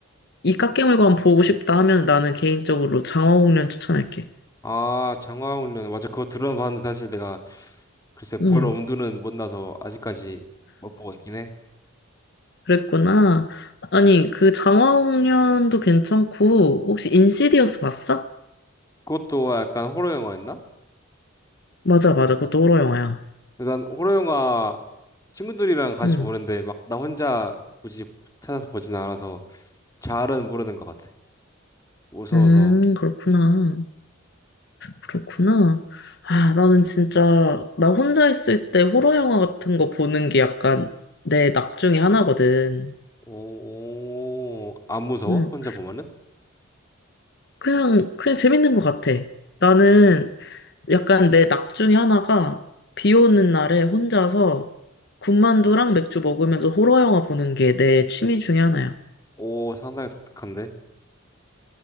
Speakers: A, on the left; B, on the left.
A: 이 깎이물관 보고 싶다 하면 나는 개인적으로 장화홍련 추천할게.
B: 아 장화홍련 맞아 그거 들어는 봤는데 사실 내가 글쎄 볼
A: 음,
B: 엄두는 못 나서 아직까지 못 보고 있긴 해.
A: 그랬구나. 아니 그 장화홍련도 괜찮고 혹시 인시디어스 봤어?
B: 그것도 약간 호러 영화였나?
A: 맞아 맞아 그것도 호러 영화야.
B: 난 호러 영화 친구들이랑 같이
A: 음,
B: 보는데 막 나 혼자 굳이 찾아서 보진 않아서 잘은 모르는 것 같아. 무서워서.
A: 음 그렇구나 그렇구나. 아 나는 진짜 나 혼자 있을 때 호러 영화 같은 거 보는 게 약간 내 낙 중에 하나거든.
B: 오, 오, 안 무서워?
A: 응.
B: 혼자 보면은?
A: 그냥, 그냥 재밌는 것 같아. 나는 약간 내 낙 중에 하나가 비 오는 날에 혼자서 군만두랑 맥주 먹으면서 호러 영화 보는 게 내 취미 중에 하나야.
B: 오, 상당히 독특한데?